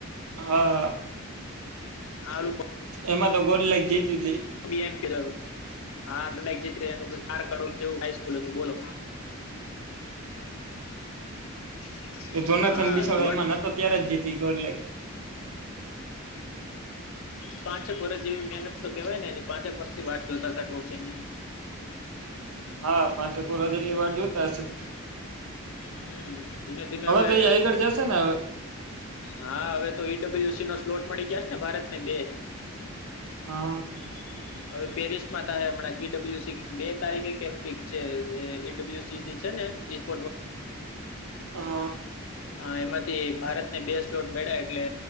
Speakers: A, on the right; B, on the left.
A: હા હા
B: હાલુ
A: એમાં તો ગોડ લાઈક જીતી હતી
B: <unintelligible> હાક જીત એનું હાર કાઢ જેવું હાઈસ્કૂલ હતું બોલો <inaudible>
A: એ જોનાથન
B: હા
A: બિસાડો
B: મોટ
A: એમાં નતો ત્યારે જ જીતી ગોર લ
B: પાંઠક વર્ષ જેવી મહેનત તો કેવાય ને એ પાંચેક વર્ન થી વાટ જોતા હતા ટ્રોફીની
A: હા પાંચોકોોડા જેટલી વાર જોતા હશે
B: હમ ધીમે ધીમે હવે
A: તો એ આગળ જશે ને હવે
B: હા હવે તો ઈડબલ્યુ નો સ્લોટ મળી જશે ને ભારતને બે
A: હા
B: <inaudible> હવે પેરિસ માં થાય હમણાં કી ડબલ્યુસી બે તારીખે કેમ કક છે ઈડબલ્યુસી થી છે ને વપ
A: હા
B: હા એમાંથી ભારત બે સ્લોટ મેળ્યા એટલે